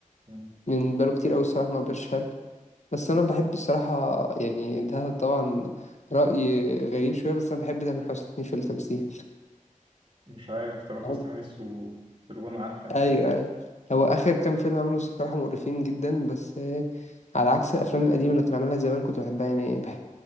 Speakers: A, on the right (about 35°); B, on the left (about 60°).
A: مم.
B: من بقاله كتير قوي الصراحه ما بقاش حلو بس انا بحب الصراحه يعني ده طبعا راي غريب شويه بس انا بحب تامر حسني في التمثيل
A: مش عارف تامر
B: بحب-
A: حسني بحسه في الغنى احلى يعني
B: ايوه ايوه هو اخر كام فيلم عمله الصراحه مقرفين جدا بس آه، على عكس الافلام القديمه اللي كان عاملها زمان كنت بحبها يعني بحب